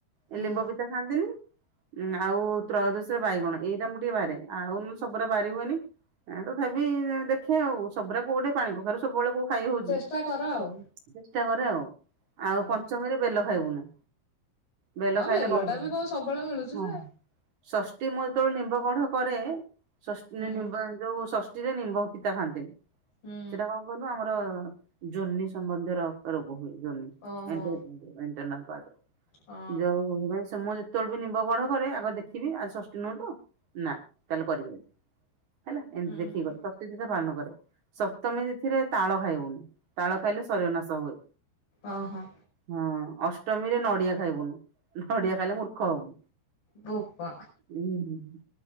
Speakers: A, on the left; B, on the right.
A: ହୁଁ
B: ଏ ଲିମ୍ବ ପିତା ଖାଆନ୍ତିନି ଉଁ, ଆଉ ତ୍ରୟୋଦଶୀ, ରେ ବାଇଗଣ। ଏଇଟା ମୁଁ, ଟିକେ ବାରେ ଆଉ ନୁ ସବୁଗୁରା ବାରି ହୁଏନି। ଏଁ ତଥାପି ଦେଖେ ଆଉ, ସବୁୁରା କୋଉଠି ପାଣି କଖାରୁ ସବୁବେଳେ କୋଉ ଖାଇ ହଉଛି।
A: ଚେଷ୍ଟା କର ଆଉ
B: ଚେଷ୍ଟା କରେ ଆଉ।
A: ହଁ
B: ଆଉ ପଞ୍ଚମୀ ରେ ବେଲ ଖାଇବୁନି। ବେଲ
A: ହଁ
B: ଖାଇଲେ
A: ବେଲଟା
B: କରନ୍ତିନି
A: ବି କୋଉ ସବୁବେଳେ ମିଳୁଛି
B: ହଁ,
A: ଯେ
B: ହଁ। ଷଷ୍ଠୀ ମୁଁ ଯେତେବେଳେ ନିମ୍ବ କଢ଼ କରେ, ଷଷ୍ଠୀ
A: ହୁଁ।
B: ନିମ୍ବ ଯୋଉ ଷଷ୍ ଟୀ ରେ ନିମ୍ବ ପିତା ଖାଆନ୍ତିିନି,
A: ହୁଁ
B: ସେଟା କଣ କହି ଲୁ ଆମର ଜୋନି ସମ୍ବନ୍ଧର ରୋଗ ହୁଏ। ଜୋନି
A: ଓହୋ
B: ଏମତି <inaudible> ଏ ଇଣ୍ଟରନା ପାର୍ଟ,
A: ହଁ।
B: ଯୋଉ ଯୋଉ <unintelligible> ଯେତେବେଳେ ବି ନିମ୍ବ, କଢ଼ କରେ ଆଗ ଦେଖିବି ଆଜି ଷଷ୍ ଟି ନୁହେନ୍ତ, ନା ତାହେଲେ କରିବି ଆଜି। ହେଲା, ଏମିତି
A: ହୁଁ।
B: ଦେଖିକି କରି, ତ ତିଥି ଟା ପାଳନ କରେ। ସପ୍ତମୀ ତିଥିରେ ତାଳ ଖାଇବୁନି, ତାଳ ଖାଇଲେ ଶରୀର ନାଶ ହୁଏ।
A: ଓ ହୋ।
B: ହଁ ଅଷ୍ଟମୀ ରେ ନଡିଆ ଖାଇବୁନି। ନଡିଆ ଖାଇଲେ ମୂର୍ଖ ହବୁ।
A: ବୋପା।
B: ଉଁ, ହୁଁ, ହୁଁ,